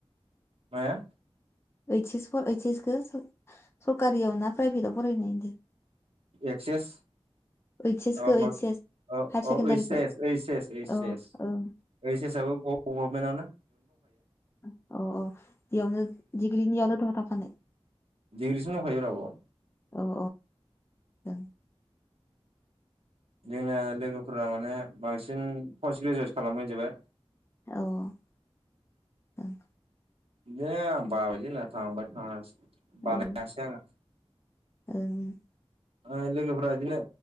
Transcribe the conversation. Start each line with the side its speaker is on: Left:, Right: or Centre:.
Right: माया?
Left: ओइच एस ओइस एस खो सरकारियाव ना प्राइभेटाव फरायनायदों होनदों?
Right: एक्सेस?
Left: ओइस एस
Right: अ
Left: खौ
Right: म
Left: ओइस एस
Right: औ
Left: हायार सेकेण्डारिखौ
Right: ओइ सेस ओइ सेस ओइ
Left: औ
Right: सेस
Left: औ उम
Right: ओइचसाबो गभनमेन्टआवनो।
Left: अ अ इयावनो दिग्रिनियावनोथ थाफाखानाय?
Right: दिग्रिसिम दंखायोब्रा बाव।
Left: अ अ जों
Right: जोंना लोगोफोरा माने बांसिन पस्ट ग्रेजुवेट खालामहैजोबाय।
Left: औ ओं।
Right: द आं बाबयलै न थांबय थायसै बानायसै
Left: ओं
Right: आङो।
Left: ओं
Right: ओ लोगोफ्रा बिदिनो